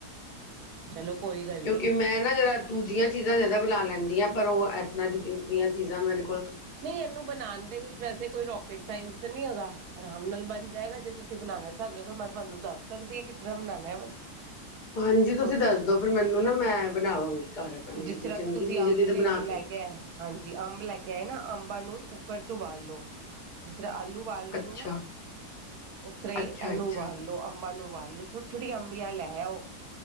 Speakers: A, on the right; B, on the left.
A: ਚਲੋ ਕੋਈ ਗੱਲ
B: ਕਿਉਂਕਿ
A: ਨੀ
B: ਮੈਂ ਨਾ ਜਿਹੜਾ ਦੂਜੀਆਂ ਚੀਜ਼ਾਂ ਜ਼ਿਆਦਾ ਬੁਲਾ ਲੈਂਦੀ ਹਾਂ ਪਰ ਉਹ ਇਸ ਤਰ੍ਹਾਂ ਜ ਦੀਆਂ ਚੀਜ਼ਾਂ ਮੇਰੇ ਕ
A: ਨਹੀਂ ਇਹਨੂੰ ਬਣਾਉਣ ਦੇ ਵਿੱਚ ਵੈਸੇ ਕੋਈ ਰੋਕੇਟ ਸਾਇੰਸ ਤਾਂ ਨਹੀਂ ਹੈਗਾ ਆਰਾਮ ਨਾਲ ਬਣ ਜਾਏਗਾ ਜੇ ਤੁਸੀਂ ਬਣਾਉਣਾ ਚਾਹੁੰਦੇ ਹੋ ਤਾਂ ਮੈਂ ਤੁਹਾਨੂੰ ਦੱਸ ਸਕਦੀ ਹਾਂ ਕਿਸ ਤਰ੍ਹਾਂ ਬਨਉਣਾ ਹੈ ਬਸ
B: ਹਾਂਜੀ ਤੁਸੀਂ
A: ਔਰ
B: ਦੱਸ ਦੋ ਫਿਰ ਮੈਨੂੰ ਨਾ ਮੈਂ ਬਣਾਵਾਂਗੀ ਘਰ ਆਪਣੇ
A: ਜਿਸ ਤਰ੍ਹਾਂ
B: ਜੇ ਚੰਗੀ
A: ਕਿ ਤੁਸੀਂ
B: ਚੀਜ਼
A: ਅੰਬ
B: ਹੈਗੀ
A: ਲੈ
B: ਤੇ ਬਣਾ
A: ਲੈ
B: ਕੇ
A: ਹਾਂਜੀ ਅੰਬ ਲੈ ਕੇ ਆਏ ਨਾ ਅੰਬਾਂ ਨੂੰ ਕੁੱਕਰ ਚ ਉਬਾਲ ਲੋੋ ਜ ਆਲੂ ਬਾਲਦੇ
B: ਅੱਛਾ
A: ਨੇ ਨਾ ਉਸ ਤਰ੍ਹਾਂ ਹੀ
B: ਅੱਛਾ
A: ਐਨੂੰ
B: ਅੱਛਾ
A: ਉਬਾਲੋ ਅੰਬਾਂ ਨੂੰ ਛੋਟੀ ਛੋਟੀਆਂ ਅੰਬੀਆਂ ਲੈ ਆ ਉਹ